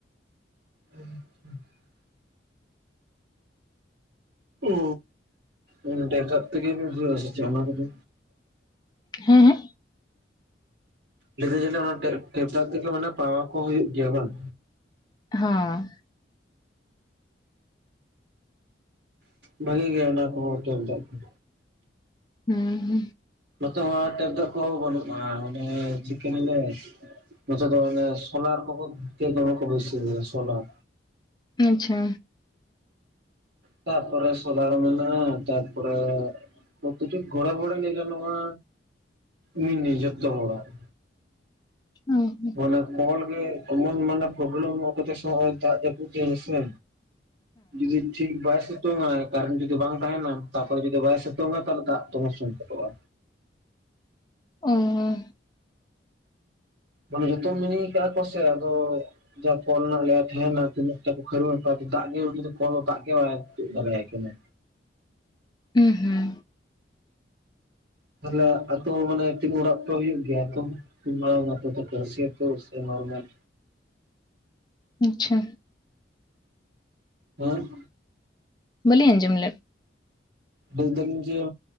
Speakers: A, on the right; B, on the left.
A: ᱟᱪᱪᱷᱟ ᱳ ᱚᱰᱮ ᱫᱟᱜ ᱛᱮᱜᱮ ᱦᱩᱭᱩᱜᱼᱟ ᱥᱮᱪᱮᱫ ᱚᱱᱟ ᱠᱚ ᱫᱚ
B: ᱦᱮᱸ ᱦᱮᱸ
A: ᱞᱤᱫᱤᱧ ᱡᱮ ᱚᱱᱟ ᱴᱮᱯ ᱫᱟᱜ ᱛᱮ ᱜᱮ ᱢᱟᱱᱮ ᱯᱟᱣᱟ ᱠᱚ ᱦᱩᱭᱩᱜ ᱜᱮᱭᱟ ᱵᱟᱝ
B: ᱦᱚᱸ
A: ᱵᱷᱟᱹᱜᱤ ᱜᱮᱭᱟ ᱚᱱᱟ ᱠᱚ ᱦᱚᱸ ᱴᱮᱯ ᱫᱟᱜ ᱠᱷᱚᱱ
B: ᱦᱩᱸ ᱦᱩᱸ
A: ᱱᱚ ᱛᱮ ᱦᱚᱸ ᱴᱮᱯ ᱫᱟᱜ ᱠᱚ ᱦᱚᱸ ᱵᱟᱹᱱᱩᱜᱼᱟ ᱚᱱᱮ ᱪᱤᱠᱟᱧ ᱞᱟᱹᱭ ᱟ ᱱᱚ ᱛᱮ ᱫᱚ ᱢᱟᱱᱮ ᱥᱳᱞᱟᱨ ᱠᱚ ᱠᱚ ᱵᱟᱹᱭ ᱥᱟᱹᱣ ᱜᱮᱭᱟ ᱥᱳᱞᱟᱨ
B: ᱟᱪᱪᱷᱟ
A: ᱛᱟ ᱯᱚ‌ᱨᱮ ᱥᱳᱞᱟᱨ ᱢᱮᱱᱟᱜᱼᱟ ᱛᱟᱨ ᱨᱮ ᱯᱨᱚᱛᱤᱴᱤ ᱜᱷᱚᱨᱮ ᱜᱷᱚᱨᱮ ᱞᱟᱹᱭ ᱜᱟᱱᱚᱜᱼᱟ ᱢᱤᱱᱤ ᱡᱚᱛᱚ ᱦᱚᱲᱟᱜᱼᱟ
B: <unintelligible>
A: ᱢᱟᱱᱮ ᱠᱚᱞ ᱜᱮ ᱮᱢᱚᱱ ᱢᱟᱱᱮ ᱯᱨᱚᱵᱮᱞᱮᱢ ᱠᱚ ᱫᱟᱜ ᱡᱟᱯᱩᱫ ᱦᱮᱸᱥᱮ ᱡᱩᱫᱤ ᱴᱷᱤᱠ ᱵᱟᱭ ᱥᱤᱛᱩᱝᱟ ᱠᱟᱨᱮᱱ ᱡᱩᱫᱤ ᱵᱟᱝ ᱛᱟᱦᱮ ᱱᱟ ᱛᱟᱯᱚ ᱨᱮ ᱡᱩᱫᱤ ᱵᱟᱭ ᱥᱤᱛᱩᱝᱟ ᱛᱟᱦᱚᱞᱮ ᱫᱟᱜ ᱫᱚᱢᱮ ᱥᱚᱝ ᱠᱚᱴᱚᱜᱼᱟ
B: <unintelligible>
A: ᱢᱟᱱᱮ ᱡᱚᱛᱚ ᱢᱤᱱᱤ ᱠᱟᱜ ᱟᱠᱚ ᱥᱮ ᱟᱫᱚ ᱠᱚᱞ ᱨᱮᱱᱟᱜ ᱞᱮᱭᱟᱨ ᱛᱟᱦᱮ ᱱᱟ ᱛᱤᱱᱟᱹᱜ ᱴᱟ ᱠᱚ ᱠᱷᱟᱹᱨᱩ ᱠᱚ ᱫᱟᱜ ᱜᱮ ᱡᱤᱫᱤ ᱠᱷᱚᱞ ᱫᱟᱜ ᱜᱮ ᱵᱟᱭ ᱛᱤᱭᱟᱹᱜ ᱫᱟᱲᱮᱭᱟᱜ ᱠᱟᱱᱟ
B: ᱩᱸ ᱦᱩᱸ
A: ᱛᱟᱦᱞᱮ ᱟᱹᱛᱩ ᱢᱟᱱᱮ ᱛᱤᱱᱟᱹᱜ ᱚᱲᱟᱜ ᱯᱮ ᱦᱩᱭᱩᱜ ᱜᱮᱭᱟ ᱟᱹᱛᱩ ᱛᱤᱱ ᱢᱟᱨᱟᱝ ᱟᱹᱛᱩ ᱛᱟᱯᱮ ᱨᱟᱥᱤ ᱟᱹᱛᱩ ᱥᱮ ᱱᱚᱨᱢᱟᱞ
B: ᱟᱪᱪᱷᱟ
A: ᱦᱮᱸ
B: ᱵᱟᱞᱤᱧ ᱟᱡᱚᱢ ᱞᱮᱫ
A: ᱞᱟᱹᱭ ᱫᱟᱞᱤᱧ